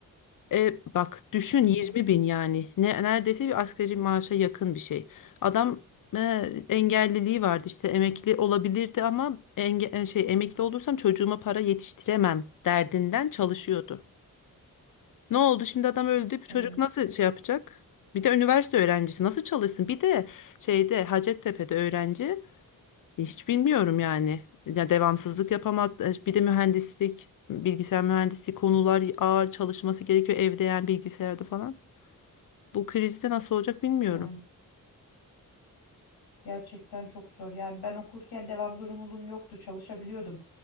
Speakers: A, on the left; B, on the left.
A: E, bak düşün
B: Hı hı,
A: 20 bin yani ne, neredeyse bir asgari maaşa yakın bir şey. Adam e, engelliliği vardı işte emekli olabilirdi ama enge e, şey emekli olursam çocuğuma para yetiştiremem derdinden çalışıyordu. Ne oldu şimdi adam öldü bir çocuk
B: evet.
A: nasıl şey yapacak? Bir de üniversite öğrencisi nasıl çalışsın? Bir de şeyde Hacettepe'de öğrenci e, hiç bilmiyorum yani. Ya devamsızlık yapamaz. E, Bir de mühendislik, bilgisayar mühendisliği konular ağır çalışması gerekiyor evde yani bilgisayarda falan. Bu krizde nasıl olacak bilmiyorum.
B: Yani gerçekten çok zor. Yani ben okurken devam zorunluluğum yoktu, çalışabiliyordum.